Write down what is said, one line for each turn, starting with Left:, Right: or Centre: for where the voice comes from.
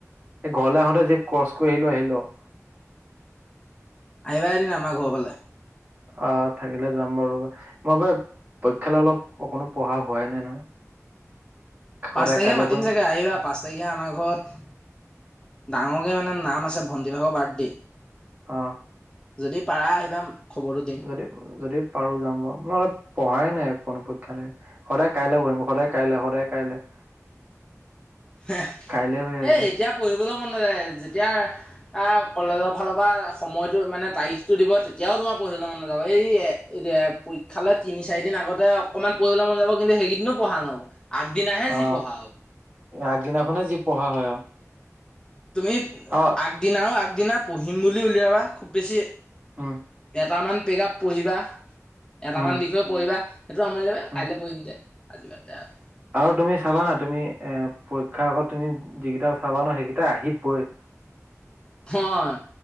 Right: সেই ঘৰলে আহোতে যি ক্ৰচ কৰি আহিলো, আহিলো আৰু।
Left: আহিবা এদিন আমাৰ ঘৰৰ ফালে।
Right: অহ, থাকিলে যাম বাৰু ৰবা। মই পৰীক্ষালৈ অলপ অকণো পঢ়া হোৱাই নাই নহয়। সদায়
Left: পাঁচ তাৰিখে
Right: কাইলৈ
Left: মাতিম
Right: পঢ়িম
Left: চাগে আহিবা পা তাৰিখে আমাৰ ঘৰত, ডাঙৰকৈ মানে নাম আছে ভণ্টিভাগৰ বাৰ্থডে'।
Right: অহ।
Left: যদি পাৰা আহিবা। খবৰটো দিম।
Right: যদি-যদি পাৰো যাম বাৰু, মই অলপ পঢ়াই নাই। কোনো পৰীক্ষা নাই সদায় কাইলৈ বহিম সদায় কাইলৈ-সদায় কাইলৈ।
Left: হেহ
Right: কাইলে হৈ আছে
Left: এ এতিয়া পঢ়িবলৈ মন যেতিয়া আহ কলেজৰ ফালৰ পৰা সময়তটো মানে তাৰিখটো দিব তেতিয়াও তোমাৰ পঢ়িবলৈ মন নাযাব এই এ পৰীক্ষালৈ তিনি চাৰি দিন আগতে অকনমান পঢ়িবলৈ মন যাব কিন্তু সেইকেইদিনো পঢ়া নহব। আগদিন আহেজি
Right: অ
Left: পঢ়া হব।
Right: আগদিনাখনে যি পঢ়া হয় আৰু।
Left: তুমি
Right: অ
Left: আগদিনাও-আগদিনা পঢ়িম বুলি উলিয়াবা, খুব বেছি
Right: উম।
Left: কেইটামান প্ৰেগাপ পঢ়িবা। এটামান
Right: উম
Left: বিষয় পঢ়িবা সেইটো আমনি লাগে
Right: উম
Left: কাইলে পঢ়িম দে আজি বাদ দে আৰু
Right: আৰু তুমি চাবা না তুমি এ পৰীক্ষাৰ আগত তুমি যিকিটা চাবা ন সেইকেইটা আহিবৈ।
Left: হয়